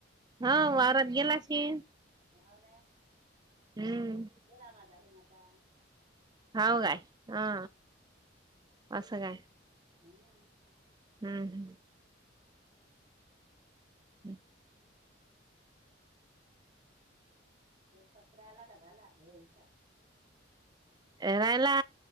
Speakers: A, on the right; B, on the right.
A: होा वारात गेला की....
B: हो ना
A: हम्म
B: ते केला मा दाड नाता....
A: हाव काय हा असं काय....
B: हम....
A: हम्म हम.... हम....
B: प पकरायला का झाला हेसा....
A: येरायला.